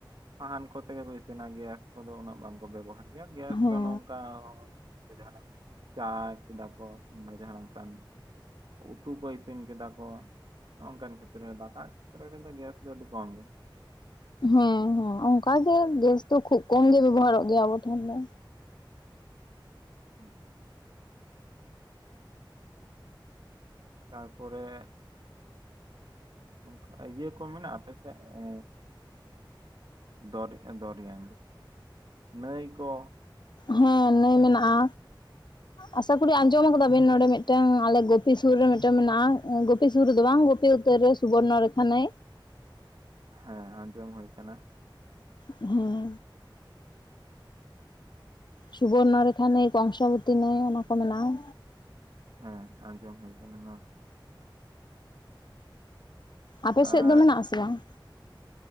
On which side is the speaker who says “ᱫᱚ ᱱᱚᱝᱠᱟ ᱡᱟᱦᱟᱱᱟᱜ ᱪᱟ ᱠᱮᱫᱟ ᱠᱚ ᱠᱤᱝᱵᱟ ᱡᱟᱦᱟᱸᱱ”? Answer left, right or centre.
Right